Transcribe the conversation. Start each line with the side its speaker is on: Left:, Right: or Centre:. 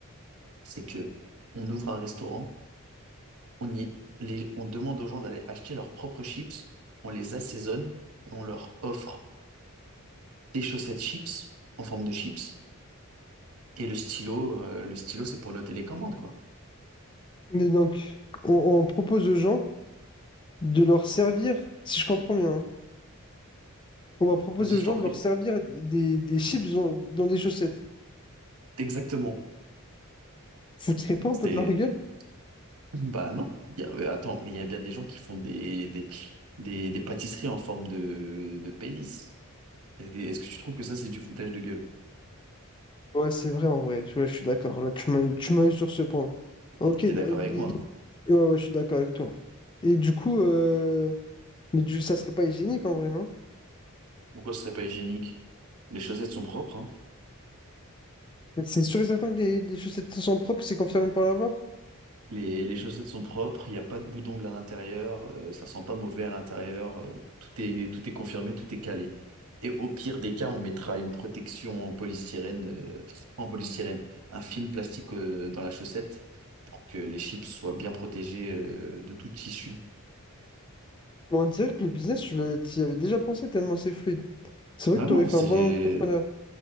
Right: c'est que on ouvre un restaurant, on y, les, on demande aux gens d'aller acheter leurs propres chips, on les assaisonne et on leur offre. des chaussettes chips en forme de chips et le stylo, euh, le stylo c'est pour noter les commandes quoi.
Left: Mais donc, on, on propose aux gens de leur servir, si je comprends bien, hein, on va proposer
Right: Vas-y,
Left: aux
Right: je
Left: gens
Right: t'en
Left: de
Right: prie.
Left: leur servir des, des chips dans, dans des chaussettes.
Right: Exactement.
Left: Vous ne tirez pas un
Right: C'est
Left: peu de leur gueule?
Right: <laughs> bah non. Il y a- euh, Attends, mais il y a bien des gens qui font des des, des, des pâtisseries en forme de, de pénis. Et des- Est-ce que tu trouves que ça c'est du foutage de gueule?
Left: Ouais, c'est vrai en vrai. Ouais, je suis d'accord. Là, tu m'as eu, tu m'as eu sur ce point. Ok,
Right: Et T'es
Left: il-
Right: d'accord
Left: il-
Right: avec moi? hein.
Left: ouais, ouais, je suis d'accord avec toi. Et du coup, euh, mais du, ça serait pas hygiénique en vrai, non?
Right: Pourquoi ce serait pas hygiénique? Les chaussettes sont propres, hein.
Left: C'est sûr et certain que les, les chaussettes sont propres, c'est confirmé par l'avoir.
Right: Les, les chaussettes sont propres, il n'y a pas de bout d'ongle à l'intérieur, euh, ça sent pas mauvais à l'intérieur, euh, tout est, tout est confirmé, tout est calé. Et au pire des cas, on mettra une protection en polystyrène, euh, pas en polystyrène, un film plastique euh, dans la chaussette pour que les chips soient bien protégés euh, de tout tissu.
Left: Bon, on dirait que le business, tu l'as- t'y avais déjà pensé tellement c'est fluide. C'est vrai
Right: Non,
Left: que tu
Right: non,
Left: aurais fait
Right: c'est...
Left: un bon entrepreneur.